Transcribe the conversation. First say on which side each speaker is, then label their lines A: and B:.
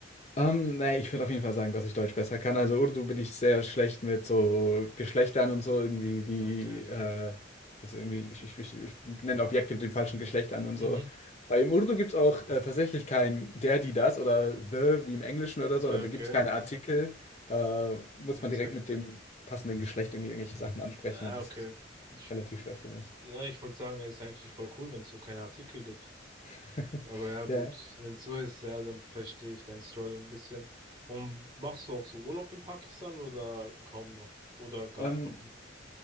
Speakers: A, on the left; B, on the right.
A: Ähm, nee, ich würde auf jeden Fall sagen, dass ich Deutsch besser kann. Also Urdu bin ich sehr schlecht mit so Geschlechtern und so irgendwie die,
B: Okay,
A: äh,
B: okay, okay.
A: also irgendwie, ich, ich, ich, ich nenne Objekte mit dem falschen Geschlecht an und
B: Mhm.
A: so. Bei im Urdu gibt es auch äh, tatsächlich kein der, die, das oder the wie im Englischen oder so.
B: Ja,
A: Also Da
B: Okay,
A: gibt es keine
B: okay.
A: Artikel. Da muss
B: Das
A: man
B: ist
A: direkt
B: eigentlich,
A: mit dem passenden Geschlecht irgendwie irgendwelche Sachen ansprechen
B: ja,
A: und das
B: okay.
A: ist
B: Ich,
A: relativ schwer für mich.
B: ja, ich wollte sagen, es ist eigentlich voll cool, wenn es so keine Artikel gibt.
A: <laughs>
B: Aber ja, gut,
A: Ja.
B: wenn es so ist, ja, dann verstehe ich deinen Struggle ein bisschen. Und machst du auch so Urlaub in Pakistan oder kaum noch? Oder gar
A: Ähm,
B: noch nie?